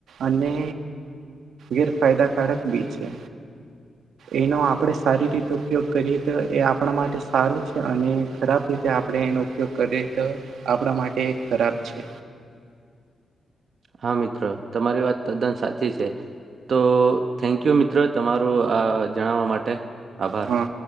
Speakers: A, on the right (about 85°); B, on the right (about 50°).
A: અને ગેરફાયદાકારક બી છે. એનો આપ આપણે સારી રીતે ઉપયોગ કરીએ તો, એ આપણા માટે સારું છે, અને ખરાબ રીતે આપણે એનો ઉપ ઉપયોગ કરીએ તો, આપણા માટે ખરાબ છે.
B: હા, મિત્રો, તમારી વાત તદ્દન સાચી છે. તો થેન્ક યુ, મિત્ર, તમારું આ જણાવવા માટે આભાર.
A: હા